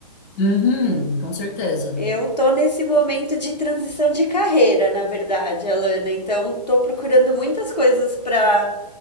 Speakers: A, on the left; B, on the left.
A: Uhum, com certeza.
B: Eu tô nesse momento de transição de carreira, na verdade, Alana. Então, tô procurando muitas coisas para